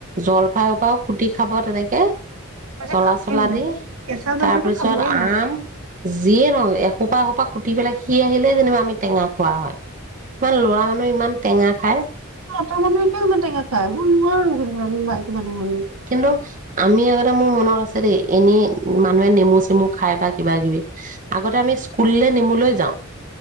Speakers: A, on the right (about 35°); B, on the right (about 80°).
A: জলফাইৰ পৰাও কুটি খাব তেনেকে
B: মই যে
A: চলা
B: খাবই
A: চলা
B: নোৱাৰো
A: দি
B: কেঁচা জলফাইটো
A: তাৰপিছত
B: খাবই নোৱাৰো
A: আম যিয়ে ৰং সোপা এসোপা কুটি পেলাই সি আহিলে যেনিবা আমি টেঙা খোৱা হয় ইমান ল'ৰা মানুহ ইমান টেঙা খায়
B: ত মানে কিমানে খাইই নোৱাৰো কে আমি মাই কিবা নোৱাৰিো
A: কিন্তু আমি আৰু মোৰ মনত আছে দেই এনে মানুহে নেমু চেমু খায় বা কিবা কিবি আগতে আমি স্কুললৈ নেমুলৈৈ যাওঁ